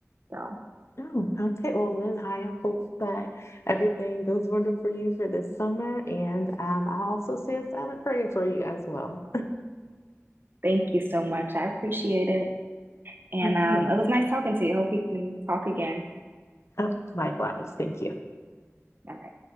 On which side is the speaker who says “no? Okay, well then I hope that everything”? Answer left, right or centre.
Left